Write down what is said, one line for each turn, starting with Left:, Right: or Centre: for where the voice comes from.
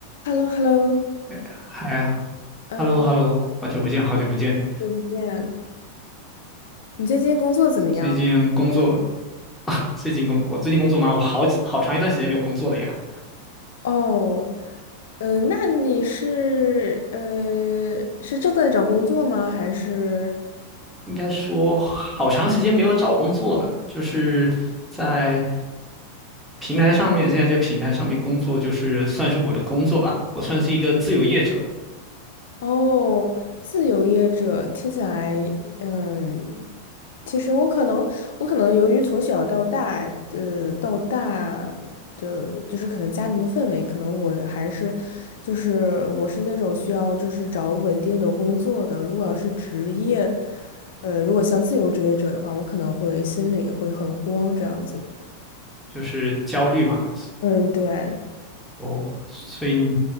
Left: h e l l o h e l l o
Centre: 嗨呀
Left: 嗯，
Centre: ，hello，hello，好久不见，好久不见。
Left: 久不见，你最近工作怎么样？
Centre: 最近工作，啊最近工，我最近工作忙，我好好长一段时间没有工作了呀。
Left: 哦，呃，那你是呃是正在找工作吗？还是？
Centre: 应该说，好长时间没有找工作了，就是在平台上面，现在这个平台上面工作，就是算是我的工作吧。我算是一个自由业者，
Left: 哦，自由业者听起来，嗯，其实我可能，我可能由于从小到大，呃，到大的就是可能家庭的氛围，可能我还是，就是我是那种需要就是找稳定的工作的。如果要是职业，呃，如果像自由职业者的话，我可能会心里会很慌这样子。
Centre: 就是焦虑嘛。
Left: 嗯，对。
Centre: 哦，所以你